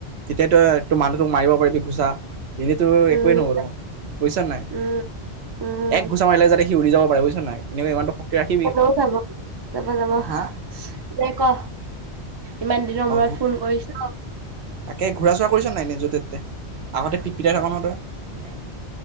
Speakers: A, on the right; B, on the right.
A: তেতিয়াতো তোৰ মানুহটোক মাৰিব পাৰিবি ঘুচা এনেইতো
B: উম
A: একোৱেই নহব তই বুজিছ নাই
B: উম উম
A: এক ঘোচা মাৰিলে যাতে সি উৰি যাব প বুজিছ নাই ইমানটো ৰাখিবি
B: হল হাব <inaudible> যাবাই
A: হা
B: ক ইমান দিনৰ মূৰত
A: অঁ
B: ফোন কৰিছ
A: তাকে ঘূৰা চুৰা কৰিছ নাই নে যতে ততে আগতে পিটপিটাই থাক ন তই